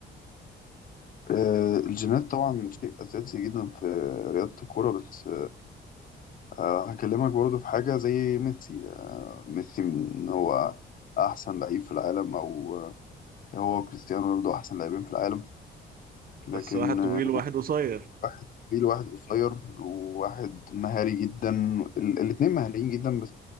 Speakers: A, on the left (about 45°); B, on the right (about 50°).
A: آه، الجينات طبعا شيء أساسي جدا في رياضة الكرة بس آه، هكلمك برضو في حاجة زي ميسي آه، ميسي من هو أحسن لعيب في العالم أو آه، هو كريستيانو رونالدو أحسن لاعبين في العالم لكن
B: بس واحد طويل
A: آه،
B: وواحد قصير
A: واحد طويل وواحد قصير وواحد مهاري جدا ال- الاتنين مهاريين جدا بس